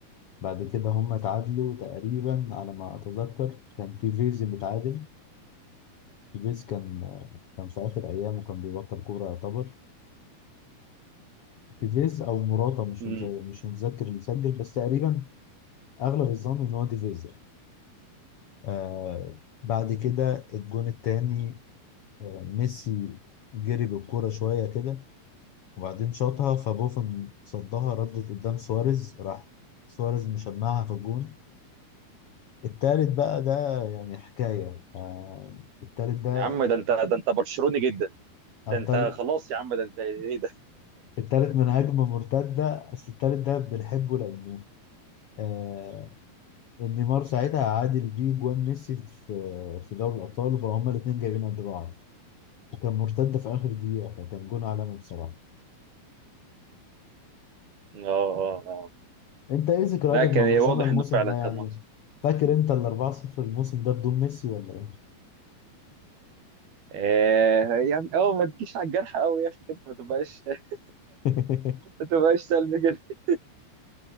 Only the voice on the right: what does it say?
مم.
يا عم ده انت ده انت برشلوني جدا
ده
انت خلاص يا عم ده انت ايه ده
<laughs> اه اه اه
لا كان
إيه، واضح
انه فعلا
كان ماتش
آه يعني اه ما تجيش على الجرح قوي يا اخي كده ما تبقاش <laughs>
ما تبقاش سلبي كده